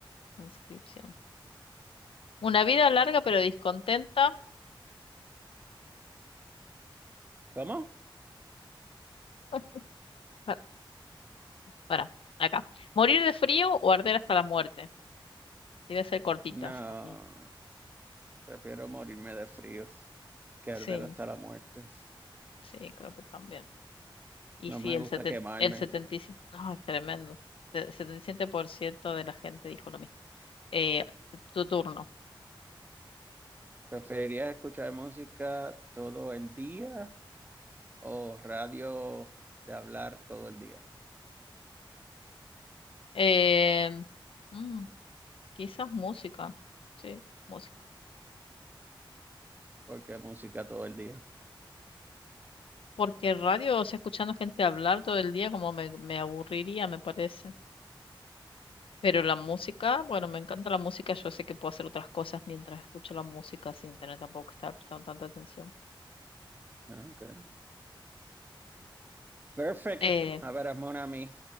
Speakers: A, on the left; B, on the right.
A: transcripción. Una vida larga pero descontenta.
B: ¿Cómo?
A: <laughs> Para, para, acá. ¿Morir de frío o arder hasta la muerte? Debe ser cortitas
B: No,
A: también.
B: prefiero morirme de frío que
A: Sí,
B: arder hasta la muerte.
A: sí, creo que también. Y sí,
B: No me
A: el,
B: gusta
A: seten-
B: quemarme.
A: el 77%, no, es tremendo. El 77% de la gente dijo lo mismo. Eh, tu turno.
B: ¿Preferirías escuchar música todo el día o radio de hablar todo el día?
A: Eh, mm, quizás música. Sí, música.
B: Porque música todo el día.
A: Porque radio, o sea, escuchando gente hablar todo el día, como me, me aburriría, me parece. Pero la música, bueno, me encanta la música. Yo sé que puedo hacer otras cosas mientras escucho la música sin tener tampoco que estar prestando tanta atención.
B: Ah, Okay. Perfect.
A: Eh,
B: A ver, hazme una a mí.